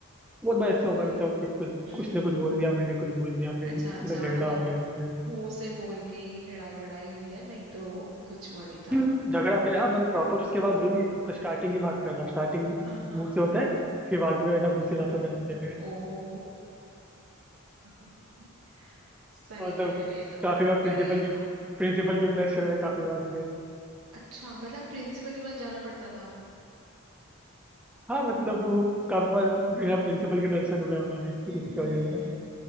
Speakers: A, in the centre; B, on the right (about 90°).
A: बहुत बार ऐसे होगा
B: नहीं
A: मतलब कि कुछ
B: हम्म
A: कुछ
B: हम्म
A: ने कुछ
B: हम्म।
A: बोल दिया मैंने कुछ बोल दिया फिर
B: अच्छा
A: मतलब
B: अच्छा
A: झगड़ा
B: मतलब
A: हो गया इसमें।
B: मुंह से बोल के ही लड़ाई वड़ाई हुई है नहीं तो कुछ वो नहीं था
A: फिर <laughs> झगड़ा फिर हाँ मैंने प्रॉपर
B: हाँ
A: उसके
B: हाँ
A: बाद वही मतलब स्टार्टिंग की बात कर रहा स्टार्टिंग
B: हाँ हाँ
A: मुंह से होता है फिर बाद में ना गुस्से
B: हम्म
A: रातों पे आते हैं
B: ओहो <laughs> सही
A: मतलब
B: है ये तो
A: काफी बार
B: बढ़िया
A: प्रिंसिपल
B: था
A: के प्रिंसिपल के भी दर्शन हुए काफी बार हुए
B: अच्छा मतलब प्रिंसिपल के पास जाना पड़ता था
A: हाँ मतलब वो काफी बार बिना प्रिंसिपल के दर्शन हुए हमारे इसकी
B: हम्म
A: उसकी
B: हम्म
A: वजह
B: हम्म।
A: से